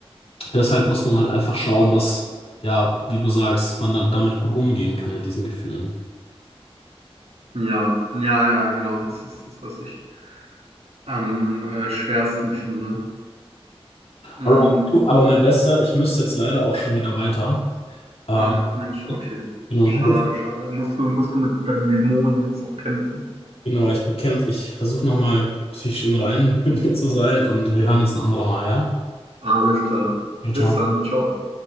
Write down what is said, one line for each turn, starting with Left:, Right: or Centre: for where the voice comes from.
Left: deshalb muss man halt einfach schauen, dass, ja, wie du sagst, man da, damit gut umgehen kann mit diesen Gefühlen.
Right: Ja, ja, ja, genau. Das ist das, was ich am äh, schwersten finde. Mm,
Left: Alright, du, aber mein Bester, ich müsste jetzt leider auch schon wieder weiter. Ähm,
Right: ach, Mensch, okay.
Left: genau,
Right: Schade,
Left: gut.
Right: schade. Musst du, musst du mit deinen Dämonen jetzt noch kämpfen.
Left: Genau, ich bekämpfe, ich versuche nochmal psychisch im Reinen <laughs> mit mir zu sein und wir hören uns ein anderes Mal, ja?
Right: Alles klar.
Left: Ciao, ciao.
Right: Bis dann. Ciao.